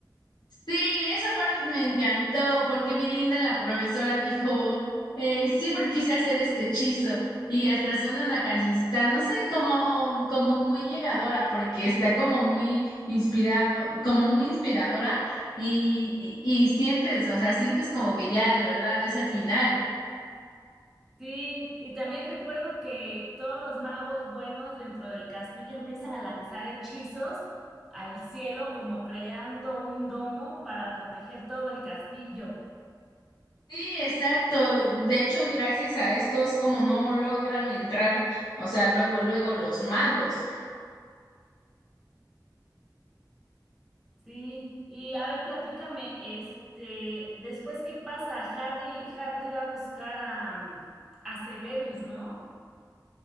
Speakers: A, on the left; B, in the centre.
A: Sí, esa parte me encantó porque bien linda la profesora dijo, eh, siempre quise hacer este hechizo y hasta suena una cancioncita, no sé, como, como muy llegadora porque está como muy inspirado, como muy inspiradora y, y, y sientes, o sea, sientes como que ya de verdad es el final.
B: Sí, y también recuerdo que todos los magos buenos dentro del castillo empiezan a lanzar hechizos al cielo, como creando un domo para proteger todo el castillo.
A: Sí, exacto. De hecho, gracias a esto es como no logran entrar, o sea, luego, luego los malos.
B: Sí, y a ver, platícame, este, después qué pasa, Harry, Harry va a buscar a, mm, a Severus, ¿no?